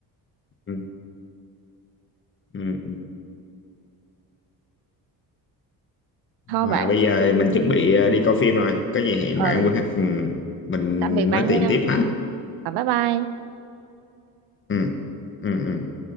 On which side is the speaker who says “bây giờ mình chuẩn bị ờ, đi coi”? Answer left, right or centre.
Left